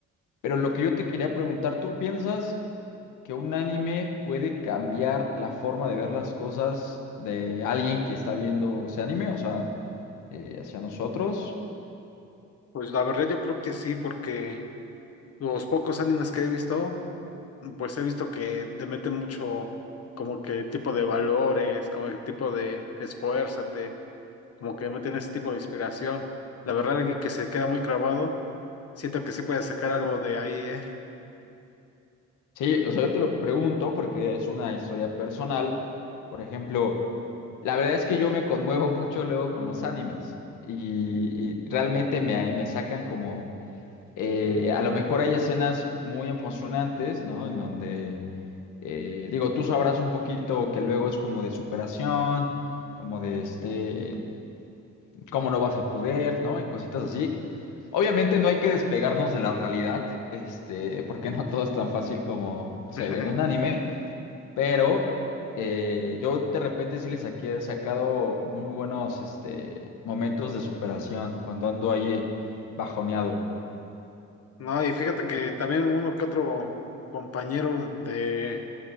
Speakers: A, on the left (about 85°); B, on the left (about 55°).
A: pero lo que yo te quería preguntar, ¿tú piensas que un anime puede cambiar la forma de ver las cosas de alguien que está viendo ese anime, o sea, eh, hacia nosotros?
B: Pues la verdad yo creo que sí, porque los pocos animes que he visto, pues he visto que le meten mucho como que tipo de valores, como que tipo de esfuérzate, como que meten ese tipo de inspiración. La verdad es que se queda muy clavado. Siento que sí puedes sacar algo de ahí, ¿eh?
A: Sí, o sea, yo te lo pregunto porque es una historia personal. Por ejemplo, la verdad es que yo me conmuevo <laughs> mucho luego con los animes y, y realmente me, me sacan como, eh, a lo mejor hay escenas muy emocionantes, ¿no? En donde, eh, digo, tú sabrás un poquito que luego es como de superación, como de este, cómo no vas a poder, ¿no? Y cositas así. Obviamente no hay que despegarnos de la realidad, este, porque no todo es tan fácil como se
B: <laughs>
A: ve en un anime, pero eh, yo de repente sí les saqué- he sacado muy buenos este, momentos de superación cuando ando ahí bajoneado.
B: No, y fíjate que también uno que otro compañero de,